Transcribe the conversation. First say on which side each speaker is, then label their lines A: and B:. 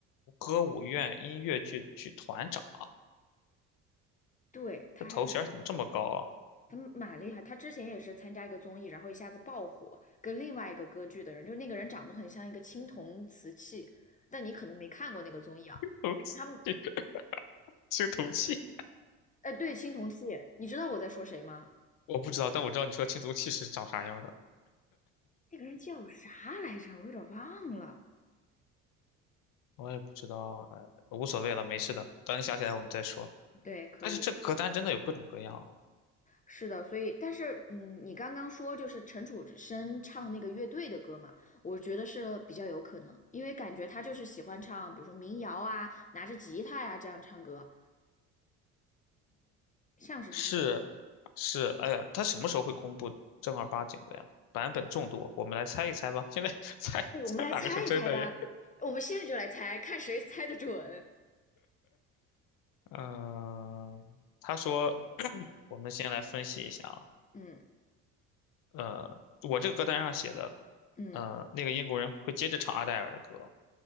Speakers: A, on the left (about 65°); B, on the left (about 20°).
A: 歌舞院音乐剧剧团长，
B: 对，他还蛮厉害的，
A: 这头衔怎么这么高啊？
B: 他蛮厉害。他之前也是参加一个综艺，然后一下子爆火，跟另外一个歌剧的人，就是那个人长得很像一个青铜瓷器，但你可能没看过那个综艺啊。
A: <laughs> 哦，
B: 他们，
A: 这个青铜器，
B: 哎，对，青铜器，你知道我在说谁吗？
A: 我不知道，但我知道你说青铜器是长啥样的，
B: 那个人叫啥来着？我有点忘了。
A: 我也不知道，哎，无所谓了，没事的。等你想起来我们再说。
B: 对，可以，
A: 但是这歌单真的有各种各样啊，
B: 是的，所以，但是，嗯，你刚刚说就是陈楚生唱那个乐队的歌嘛，我觉得是比较有可能，因为感觉他就是喜欢唱，比如说民谣啊，拿着吉他呀、这样唱歌，像是他会。
A: 是是，哎呀，它什么时候会公布正儿八经的呀？版本众多，我们来猜一猜吧。现在 <laughs> 猜猜哪个是真的耶？
B: 我们来猜一猜吧 <laughs>，我们现在就来猜，看谁猜的准。
A: 嗯、他说，我们先来分析一下啊。
B: 嗯
A: 呃，我这个歌单上写的，
B: 嗯
A: 呃，那个英国人会接着唱阿黛尔的歌，